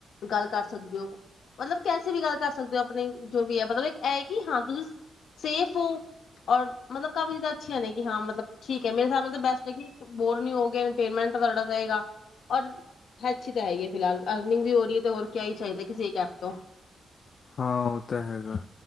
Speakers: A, on the left; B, on the left.
A: ਗੱਲ ਕਰ ਸਕਦੇ ਹੋ ਮਤਲਬ ਕੈਸੇ ਵੀ ਗੱਲ ਕਰ ਸਕਦੇ ਹੋ ਆਪਣੀ ਜੋ ਵੀ ਹੈ ਮਤਲਬ ਹੈ ਕਿ ਹਾਂ ਤੁਸੀਂ ਸੇਫ ਹੋ ਔਰ ਮਤਲਬ ਕਾਫੀ ਚੀਜ਼ਾਂ ਅੱਛੀਆਂ ਨੇ ਕਿ ਹਾਂ ਮਤਲਬ ਠੀਕ ਹੈ ਮੇਰੇ ਹਿਸਾਬ ਨਾਲ ਬੈਸਟ ਹੈ ਬੋਰ ਨ ਹੋਮੇਗੇ ਤੁਡਾ ਰਹੇਗਾ ਔਰ ਅੱਛੀ ਤਾਂ ਹੈਗੀ ਫਿਲਹਾਲ ਨਈ ਵੀ ਹੋ ਰਹੀ ਹੈ ਤੇ ਹੋਰ ਕਿਆ ਹੀ ਚਾਹੀਦਾ ਕਿਸੇ ਇੱਕ ਐਪ ਤੋਂ
B: ਹਾਂ, ਉਹ ਤਾਂ ਹੈਗਾ।